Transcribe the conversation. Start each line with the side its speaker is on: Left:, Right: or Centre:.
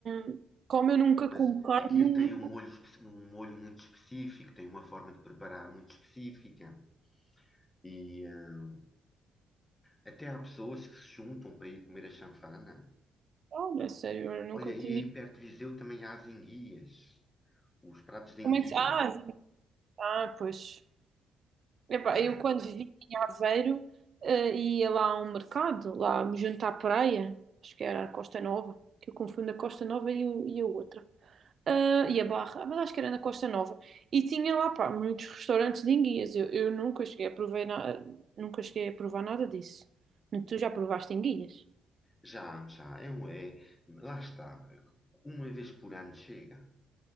Right: não- como eu nunca como
Left: mas
Right: carne,
Left: aquilo tem um molho, espe- um molho muito específico, tem uma forma de preparar muito específica. E eh, até há pessoas que se juntam para ir comer a chanfana.
Right: Olha, sério, eu nunca
Left: Olha, e
Right: tinha.
Left: aí perto de Viseu também há as enguias, os pratos de enguias.
Right: Como é que. Ah, sim. ah, pois. Epá,
Left: Eh,
Right: eu quando vivi em Aveiro, eh, ia lá a um mercado, lá me junto à praia, acho que era a Costa Nova, que eu confundo a Costa Nova e, o- e a outra. Ah, e a Barra, ah, mas acho que era na Costa Nova. E tinha lá, pá, muitos restaurantes de enguias. Eu, eu nunca cheguei a provar, na- nunca cheguei a provar nada disso. Tu já provaste enguias?
Left: já, já, é um, é, lá está, uma vez por ano chega,